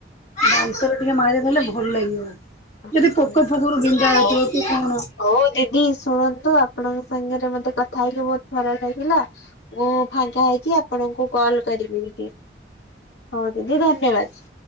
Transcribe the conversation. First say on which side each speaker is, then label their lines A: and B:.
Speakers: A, on the left; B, on the left.
A: ବାନ୍ସର ଟିକେ ମାରି ଦେଲେ ଭଲ ଲାଗିବ। ଯଦି
B: ହଁ।
A: ପୋକ ଫୋକରୁ ବିନ୍ଧା
B: ହଉ।
A: ହଉଥିବ କି କଣ?
B: ହଉ ଦିଦି ଶୁଣନ୍ତୁ ଆପଣଙ୍କ ସାଙ୍ଗରେ ମତେ କଥା ହେଇକି ବହୁତ ଭଲ ଲାଗିଲା। ମୁଁ ଫାଙ୍କା ହେଇକି ଆପଣଙ୍କୁ କଲ କରିବି ଟିକେ ହଉ ଦିଦି ଧନ୍ୟବାଦ।